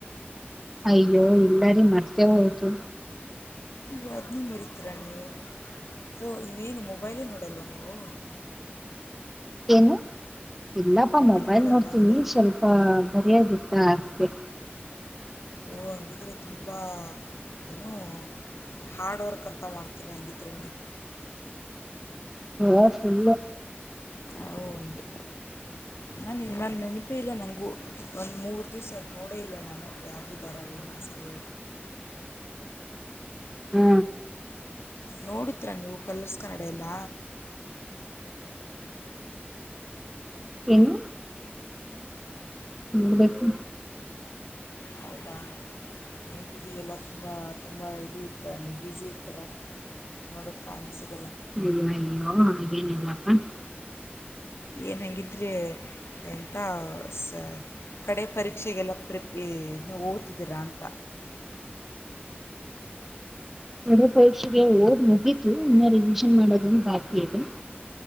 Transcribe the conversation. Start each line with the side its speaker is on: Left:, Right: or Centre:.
Centre: ಅಯ್ಯೋ ಇಲ್ಲಾರಿ ಮರ್ತೇ ಹೋಯ್ತು
Left: ಯಾದ್ ನೀ ಮರಿತೀರಾ ನೀವು ಓ ನೀವೇನು ಮೊಬೈಲೇ ನೋಡಲ್ವಾ ನೀವು
Centre: ಏನು ಇಲ್ಲಪ್ಪಾ ಮೊಬೈಲ್
Left: ನೋಡಲ್ವಾ
Centre: ನೋಡ್ತೀನಿ
Left: ಅಂದೆ
Centre: ಸ್ವಲ್ಪ ಬರಿಯಾಗಿತ್ತ ಆದಿಕೆ
Left: ಓ ಹಂಗಿದ್ರೆ ತುಂಬ ಏನು ಹಾರ್ಡ್ ವರ್ಕ್ ಅಂತ ಮಾಡ್ತೀರ ಹಂಗಿದ್ರಲ್ಲಿ
Centre: ಹಾ ಸುಲ್
Left: ಹ ಹಗೆ ನಾನು ನನ್ನ ನೆನಪೇ ಇಲ್ಲ ನನಗೂ ಒಂದು ಮೂರು ದಿವ್ಸ ಆಯತು ನೋಡೇ ಇಲ್ಲ ನಾನು ಯಗಿದ್ದಾರೆನ್ನ ಸರಿ
Centre: ಹಾ
Left: ನೋಡತ್ರಾ ನೀವು ಕಲರ್ಸ್ ಕನ್ನಡ ಎಲ್ಲ
Centre: ಏನು ಹ್ಮದಕ್ಕ
Left: ಹೌದಾ ನೀನು ಗುಡಿಗೆಲ್ಲ ತುಂಬ ತುಂಬ ಇ ಇರ್ತರ ನೀನು ಬ್ಯುಝಿ ಇರ್ತರ ನೋಡೋಕ್ಕೆ ಟೈಮ್ ಸಿಗ
Centre: ಹಯ ಹಾಗೆನಇಲಪ್ಪ
Left: ಏನಂಗಿದ್ರೆ ಎಂತ ಸ ಕಡೆ ಪರೀಕ್ಷೆಗೆಲ್ಲ ಪ್ರಿಪ ಹೋಗ್ತಿದ್ದೀರಾ ಅಂತ
Centre: ನರ ಪರೀಕ್ಷೆಗೆ ಓಡ್ ಮುಗಿತು ಇನ್ನ ರಿವಿಷನ್ ಮಾಡೋದನ್ನು ಬಾಕಿ ಇದೆ